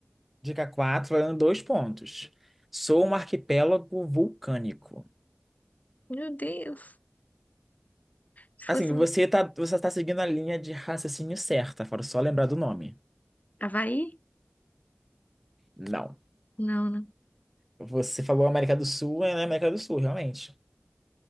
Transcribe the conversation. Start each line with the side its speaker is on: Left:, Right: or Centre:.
Centre: Dica 4, valendo dois pontos. Sou um arquipélago vulcânico.
Left: Meu Deus. Se
Centre: Assim,
Left: fosse
Centre: você tá, você tá seguindo a linha de raciocínio certa, fora só lembrar do nome.
Left: Havaí?
Centre: Não.
Left: Não, né?
Centre: Você falou América do Sul, é na América do Sul, realmente.